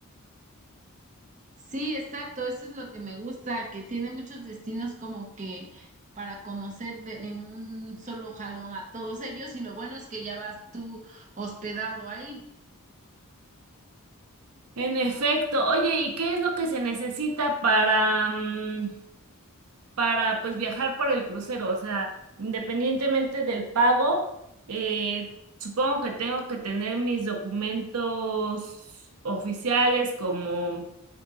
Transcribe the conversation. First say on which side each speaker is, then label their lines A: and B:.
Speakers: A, on the right; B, on the right.
A: Sí, exacto, eso es lo que me gusta, que tiene muchos destinos como que para conocer de- en un solo jalón a todos ellos y lo bueno es que ya vas tú hospedado ahí.
B: En efecto. Oye, ¿y qué es lo que se necesita para, mm, para pues viajar por el crucero? O sea, independientemente del pago, eh, supongo que tengo que tener mis documentos oficiales como